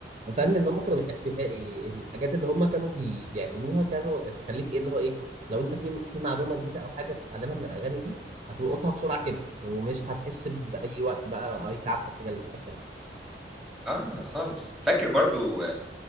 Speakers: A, on the right (about 35°); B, in the centre.
A: فاهم ان هم كانوا بيحب بيحب- الحاجات اللي هم كانوا بي... بيعملوها كانوا تخليك ايه اللي هو ايه لو انت في في معلومه جديده او حاجه بتتعلمها من الاغاني دي هتلقطها بسرعه كده ومش هتحس باي وقت بقى اي تعب في الحاجه اللي انت
B: اه خالص فاكر برضو